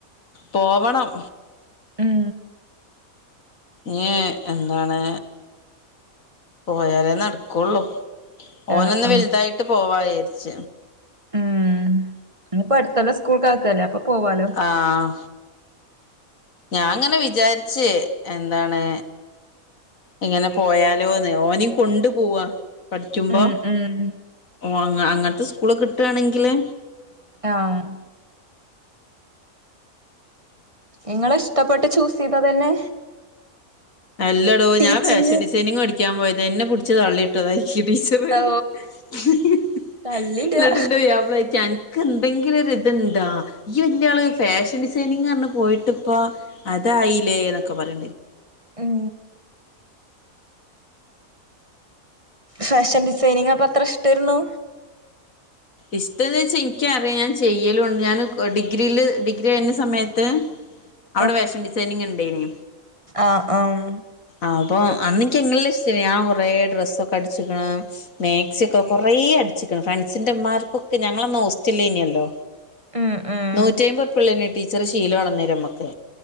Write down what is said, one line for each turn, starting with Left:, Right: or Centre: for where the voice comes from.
Left: പോവണം
Right: ഉം
Left: ഞ്ഞ് എന്താണ് പോയാലേ നടക്കുള്ളൂ ഓനൊന്ന്
Right: ആഹ് ആഹ്
Left: വലുതായിട്ട് പോവാചരിച്ച
Right: ഉം ഇഞ്ഞിപ്പ അടുത്തൊല്ലം സ്കൂൾക്ക് ആക്കല്ലേ അപ്പൊ പോവാലോ
Left: ആഹ് ഞാൻങ്ങനെ വിചാരിച് എന്താണ് ഇങ്ങനെ പോയാലോന്ന് ഓനിം കൊണ്ടു പോവാ പഠിക്കുമ്പോ
Right: ഉം ഉം
Left: ഓ അങ്ങ അങ്ങൻത്തെ സ്കൂള് കിട്ടണെങ്കില്
Right: ആഹ് ഇങ്ങള് ഇഷ്ടപ്പെട്ട് ചൂസെയ്തതന്നെ
Left: അല്ലെടോ
Right: ടീച്ചിങ്
Left: ഞാൻ ഫാഷൻ ഡിസൈനിങ് പടിക്കാൻ പോയതെയ്നി ന്നെ പിടിച് തള്ളിട്ടത ഇ ടി സി <unintelligible>
Right: ഓ തള്ളിടാ
Left: ന്നട്ട് ഇന്റെ പുയ്യാപ്ല ചോദിക്ക അന ക്കെന്തെങ്കിലു ഒരു ഇതുണ്ടാ യ് വല്യ ആള് ആയി ഫാഷൻ ഡിസൈനിങ് പറഞ് പോയിട്ട്പ്പാ. അതായില്ലേ ന്നൊക്കെ പറി
Right: ഉം ഫാഷൻ ഡിസൈനിങ് അപ്പൊ അത്ര ഇഷ്ടെര്ന്നു,
Left: ഇഷ്ടം എന്ന് വച്ചാ ഇൻക്ക് അറിയാ ഞാൻ ചെയ്യലുണ്ട് ഞാൻ ഡിഗ്രിയില് ഡിഗ്രി കഴിഞ്ഞ സമയത്ത്
Right: ഉം
Left: അവിടെ ഫാഷൻ ഡിസൈനിങ് ഇണ്ടെയ്നി
Right: ആഹ് ആഹ്
Left: അപ്പം അന്ന് ൻക്ക്‌ എങ്ങല്ല ഇഷ്ടേനി ഞാൻ കുറേ ഡ്രെസ്സൊക്കെ അടിച്ചിക്ക്ണ് മാക്സിക്കെ കൊറേ അടിച്ച്ക്ക്‌ണ് ഫ്രണ്ട്സിന്റെ മ്മാ കുക്ക് ഞങ്ങളന്ന് ഹോസ്റ്റൽലേനി അല്ലോ
Right: ഉം ഉം
Left: നൂറ്റി അയ്മ്പൊർ പിള്ളേ ടീച്ചറ് ശീലംണന്നേര നമ്മക്ക്